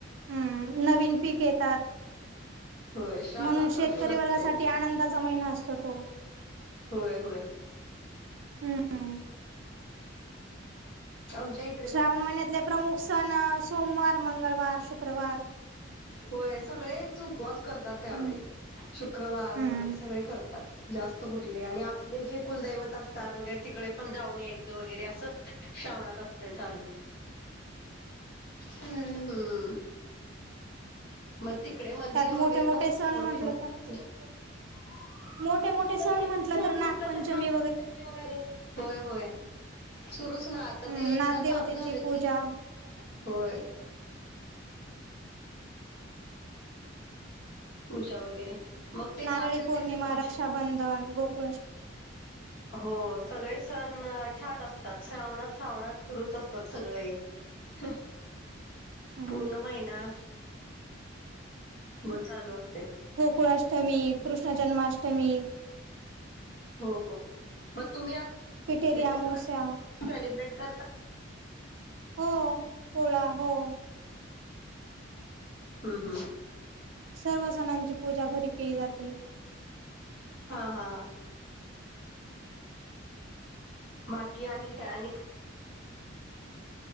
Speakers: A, on the right; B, on the left.
A: हम्म नवीन पीक येतात.
B: होय श्रावणात
A: म्हणून शेतकरी
B: भरपूर असते
A: वर्गासाठी आनंदाचा महिना असतो तो.
B: होय होय.
A: हम्म
B: आमच्या एक.
A: श्रावण महिन्यातले प्रमुख सण सोमवार मंगळवार शुक्रवार.
B: होय सगळेच उपवास करतात त्यावेळी
A: हम्म
B: शुक्रवार
A: हम्म
B: वगैरे सगळे करतात. जास्त कुठले आणि आपले जे कुलदैवत असतात, वगैरे तिकडे पण जाऊन यायचं वगैरे असं. श्रावणात असतय चालू हम्म हम्म. मग तिकडे मंदिर
A: त्यात मोठे
B: वगैरे
A: मोठे
B: पण मो
A: सण
B: मोठी
A: म्हटलं
B: मोठी
A: तर
B: <unintelligible>
A: मोठे मोठे सण म्हटलं
B: म्हंटलं
A: नागपंचमी
B: तर नागपंचमी वगैरे होय होय सुरूच ना आता
A: हम्म
B: ते एकदा
A: नागदेवतेची
B: चालू झालं
A: पूजा
B: की होय पूजा वगैरे मग ते नागदेवतेची
A: नारळी पौर्णिमा
B: पूजा
A: रक्षाबंधन गोकुळ <inaudible>
B: हो सगळे सण छान असतात श्रावणात श्रावणात सुरूच असतात सगळे <inaudible>
A: हम्म
B: पूर्ण महिना भर चालू असते
A: गोकुळाष्टमी कृष्ण जन्माष्टमी
B: हो मग तुम्ही
A: <unintelligible>
B: जास्त सेलिब्रेट करता
A: हो पोळा हो
B: हम् हम्
A: सर्व सणांची पूजा घरी केली जातील
B: हा बाकी आणि काय आणिक